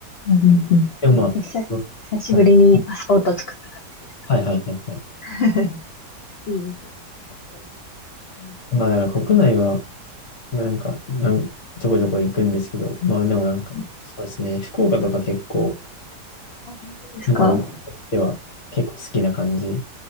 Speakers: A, on the left; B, on the left.
A: うんうんうんじゃあ久し久しぶりにパスポートを作った感じですか。
B: でもまあ、そうはいはいはいはいはい。
A: <laughs> いいですね。めちゃくちゃ楽しそうです。
B: まあだから国内は、なんか、なんちょこちょこ行くんですけど、まあでもなんか、
A: うん
B: そうですね、福岡とか結構、
A: あ、本当ですか。
B: なんか僕としては結構好きな感じ。